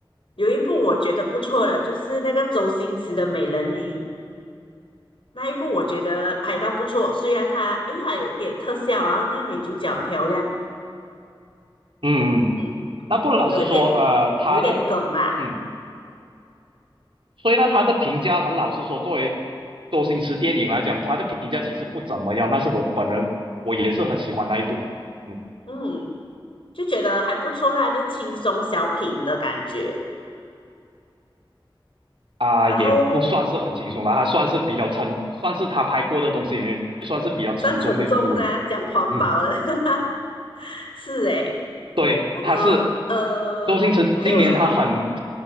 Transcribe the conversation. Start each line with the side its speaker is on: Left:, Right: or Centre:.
Left: 有一部我觉得不错的，就是那个周星驰的《美人鱼》那一部，我觉得拍到不错。虽然它因为它有点特效，然后那女主角很漂亮，
Right: 嗯嗯，嗯
Left: 嗯，
Right: 那不老实说，
Left: 有一点
Right: 呃，他的。
Left: 有一点梗啦，
Right: 嗯。所以呢，他的评价很老实说，作为周星驰电影来讲，他的评价其实不怎么样。但是我本人我也是很喜欢那一部，嗯
Left: 嗯，就觉得还不错啦，就轻松小品的感觉。
Right: 啊，
Left: 然后
Right: 也不算是很轻松的，他算是比较沉，算是他拍过的东西里面算是比较沉重的一部了。
Left: 算沉重是啊，讲环保了，
Right: 嗯，
Left: <laughs> 是诶。
Right: 对，
Left: 不过
Right: 他是
Left: 呃，
Right: 周星驰今年他很，
Left: 还有什么？